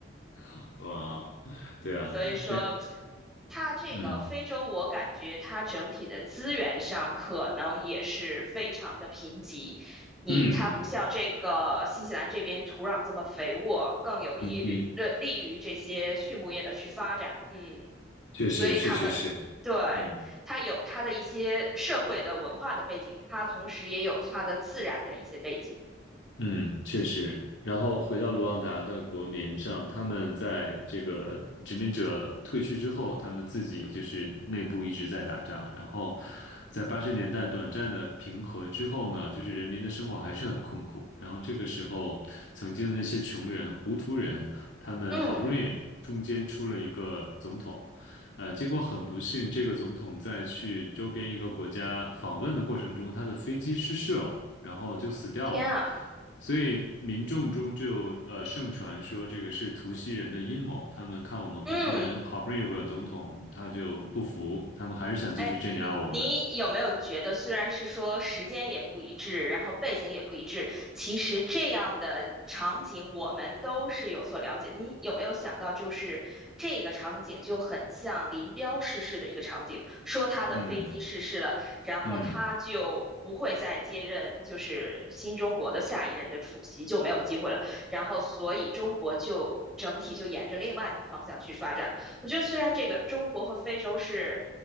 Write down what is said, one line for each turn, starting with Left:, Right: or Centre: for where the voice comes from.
Left: <laughs> 哇，对啊，
Centre: 所以说，
Left: 对，
Centre: 它这个非洲，
Left: 嗯
Centre: 我感觉它整体的资源上可能也是非常的贫瘠。你它不像这个新西兰这边土壤这么肥沃，
Left: 嗯
Centre: 更有益于呃利于这些畜牧业的去发展。
Left: 嗯，
Centre: 嗯，
Left: 确实确实是，
Centre: 所以他们对
Left: 嗯。
Centre: 它有它的一些社会的文化的背景，它同时也有它的自然的一些背景。
Left: 嗯，确实。然后回到卢旺达的国民上，他们在这个殖民者退去之后，他们自己就是内部一直在打仗。然后在八十年代短暂的平和之后呢，就是人民的生活还是很困苦。然后这个时候，曾经的那些穷人、糊涂人，他们好不容易中间出了一个总统，
Centre: 嗯，
Left: 呃，结果很不幸，这个总统在去周边一个国家访问的过程中，他的飞机失事了，然后就死掉了。
Centre: 天啊，
Left: 所以民众中就呃盛传说这个是图西人的阴谋，他们看我们胡图人好不容易有个总统，
Centre: 嗯。
Left: 他就不服，他们还是想继续镇压我们。
Centre: 哎，你你有没有觉得，虽然是说时间也不一致，然后背景也不一致，其实这样的场景我们都是有所了解。你有没有想到，就是这个场景就很像林彪逝世的一个场景，说他的飞机逝世了，
Left: 嗯
Centre: 然后他就不会再接任就是新中国的下一任的主席，
Left: 嗯，
Centre: 就没有机会了。然后所以中国就整体就沿着另外的方向去发展了。我觉得虽然这个中国和非洲是